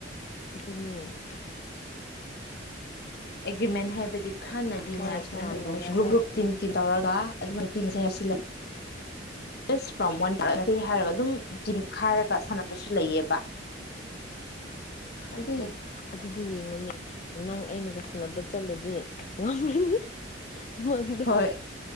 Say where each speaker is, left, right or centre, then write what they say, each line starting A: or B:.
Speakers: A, on the left (about 40°); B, on the left (about 55°).
A: ꯑꯗꯨꯅꯤ <inaudible>
B: ꯑꯦꯒ꯭ꯔꯤꯃꯦꯟ ꯍꯥꯏꯕꯗꯤ ꯈꯔꯅꯗꯤꯅꯦ
A: ꯃꯣꯏ
B: ꯑꯁꯨꯃꯥꯏꯅ
A: ꯌꯥꯅꯔꯒ
B: ꯂꯩꯕ ꯒ꯭ꯔꯨꯞ ꯒ꯭ꯔꯨꯞ
A: ꯄꯤ
B: ꯇꯤꯝ ꯇꯤꯝ ꯇꯧꯔꯒ ꯑꯗꯨꯃꯥꯏꯅ ꯄꯤ <unintelligible> <unintelligible>
A: <inaudible> <unintelligible>
B: ꯏꯁ ꯐ꯭ꯔꯣꯝ ꯋꯥꯟ
A: <inaudible>
B: ꯄꯥꯔꯠꯅꯔꯁꯤ ꯍꯥꯏꯔꯒ ꯑꯗꯨꯝ ꯇꯤꯝ ꯈꯥꯏꯔꯒ ꯁꯥꯟꯅꯕꯁꯨ ꯂꯩꯌꯦꯕ ꯑꯗꯨꯏ
A: ꯎꯝ ꯑꯗꯨꯗꯤ ꯌꯦꯡꯉꯨꯅꯦ ꯅꯪ ꯑꯩꯅꯒ ꯁꯥꯟꯅꯕ ꯆꯠꯂꯗꯤ ꯉꯝꯒꯅꯤ ꯃꯪꯗ
B: ꯍꯣꯏ